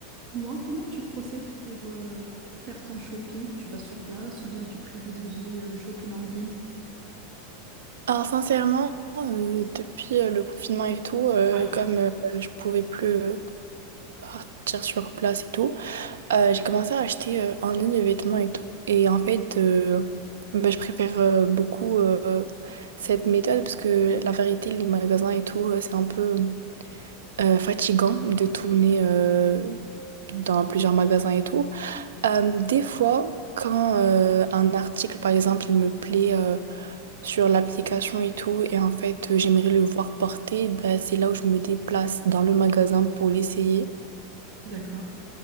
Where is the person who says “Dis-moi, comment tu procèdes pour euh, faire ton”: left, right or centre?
Right